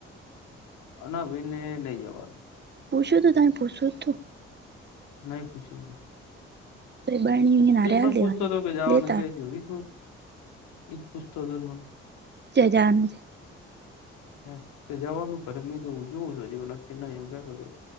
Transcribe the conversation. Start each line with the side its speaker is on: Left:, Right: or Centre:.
Left: હ ના બેાઈને નઈ જવાનું
Right: પુછો તું તમે પુછો તો
Left: નહી પૂછાયું
Right: <unintelligible>
Left: એજ પણ
Right: દેવાની
Left: પૂછતો કે જવા
Right: લેતા
Left: ન ગયા છે એ પણ એજ પૂછતો પણ
Right: ક્યાં જવાનું
Left: હ તો જવાનું ખરે મે તો જોવું છ હ નકકી નહી એમ કેતો હતો